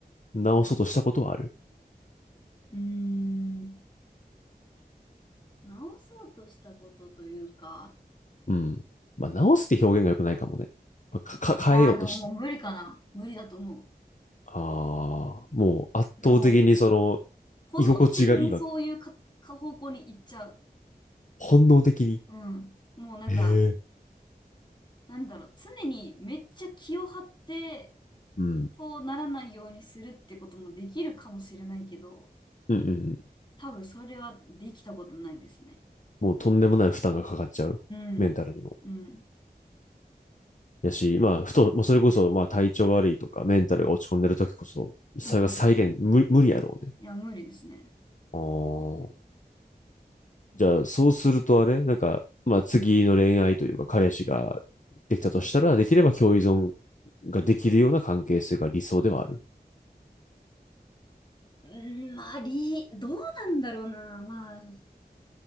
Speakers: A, on the left; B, on the left.
A: 直そうとしたことはある。
B: うーん。直そうとしたことというか、
A: うん。まあ、直すって表現が良くないかもね。まあ、か、か変えようとして。
B: ああ、でももう無理かな。無理だと思う
A: ああ、もう圧倒的にその、
B: なんかもう、本能的にそういうか、
A: 居心地がいいわけ。
B: か方向に行っちゃう。
A: 本能的に。
B: う。うん。もうなんか、
A: へえ。
B: なんだろう、常にめっちゃ気を張って、
A: うん。
B: そうならないようにするってこともできるかもしれないけど、
A: うんうんうん。
B: 多分それはできたことないですね。
A: もうとんでもない負担がかかっちゃう。
B: うん。
A: メンタルにも。
B: うん。
A: やし、まあ、ふと、もうそれこそ、まあ、体調悪いとか、メンタルが落ち込んでる時こそ、それが再現、
B: うん。
A: 無、無理やろうね。
B: いや、無理ですね。
A: ああ。じゃあ、そうするとあれなんか、まあ次の恋愛というか彼氏ができたとしたら、できれば共依存ができるような関係性が理想ではある。
B: うーん、まあ、理、どうなんだろうな。まあ、